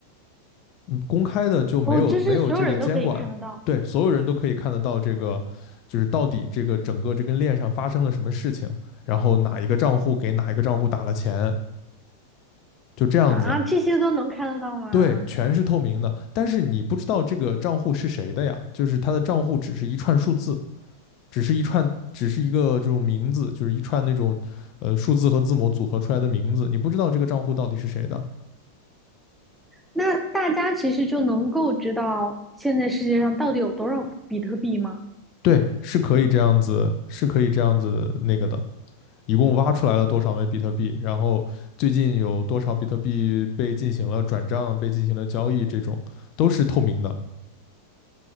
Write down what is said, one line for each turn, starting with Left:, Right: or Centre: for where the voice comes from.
Left: 嗯，公开的就没有没有这个监管，
Centre: 哦，就是所有人都可以看得到
Left: 对，所有人都可以看得到这个，就是到底这个整个这根链上发生了什么事情，然后哪一个账户给哪一个账户打了钱，就这样子，
Centre: 啊，这些都能看得到吗？
Left: 对，全是透明的。但是你不知道这个账户是谁的呀，就是他的账户只是一串数字，只是一串，只是一个这种名字，就是一串那种呃数字和字母组合出来的名字，你不知道这个账户到底是谁的。
Centre: 那大家其实就能够知道现在世界上到底有多少比特币吗？
Left: 对，是可以这样子，是可以这样子那个的。一共挖出来了多少枚比特币，然后最近有多少比特币被进行了转账、被进行了交易，这种都是透明的。